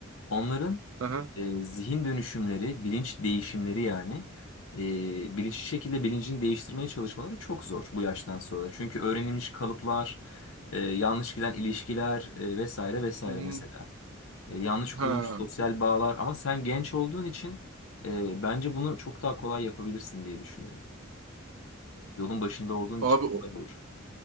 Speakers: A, on the left (about 70°); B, on the right (about 70°).
A: Onların
B: Aha.
A: e, zihin dönüşümleri, bilinç değişimleri yani e, bilinçli şekilde bilincini değiştirmeye çalışmaları çok zor bu yaştan sonra. Çünkü öğrenilmiş kalıplar, e, yanlış giden ilişkiler e, vesaire vesaire
B: mhm,
A: mesela. E, yanlış kurulmuş
B: Ha.
A: sosyal bağlar ama sen genç olduğun için ee, bence bunu çok daha kolay yapabilirsin diye düşünüyorum. Yolun başında olduğun
B: Abi
A: için
B: o-
A: kolay olur.